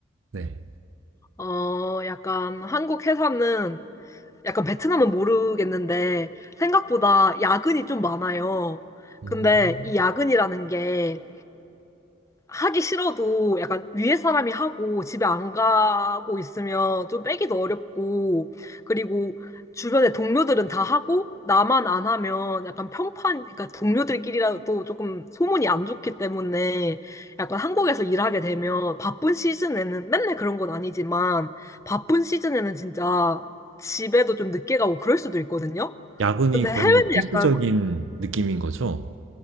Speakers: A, on the right (about 80°); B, on the left (about 15°).
A: 네.
B: 어, 약간 한국 회사는 약간 베트남은 모르겠는데 생각보다 야근이 좀 많아요.
A: 음.
B: 근데 이 야근이라는 게 하기 싫어도 약간 위에 사람이 하고 집에 안 가고 있으면 좀 빼기도 어렵고 그리고 주변에 동료들은 다 하고 나만 안 하면 약간 평판 그러니까 동료들끼리라도 조금 소문이 안 좋기 때문에 약간 한국에서 일하게 되면 바쁜 시즌에는 맨날 그런 건 아니지만 바쁜 시즌에는 진짜 집에도 좀 늦게 가고 그럴 수도 있거든요.
A: 야근이
B: 근데
A: 거의
B: 해외는
A: 필수적인
B: 약간
A: 느낌인 거죠?